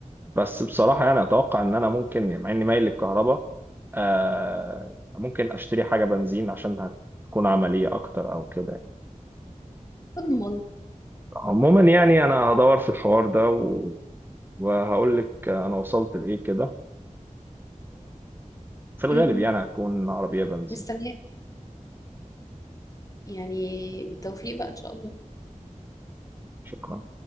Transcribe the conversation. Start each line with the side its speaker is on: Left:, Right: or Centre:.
Right: بس بصراحه يعني اتوقع ان انا ممكن يعني مع اني مايل للكهرباء آه، ممكن اشتري حاجه بنزين عشان هتكون عمليه اكتر او كده يعني.
Left: اضمن
Right: عموما يعني انا هدور في الحوار ده و- وهقول لك انا وصلت لايه كده في الغالب
Left: مهم.
Right: يعني هتكون عربية بنزين
Left: مستنية يعني بالتوفيق بقى إن شاء الله
Right: شكرا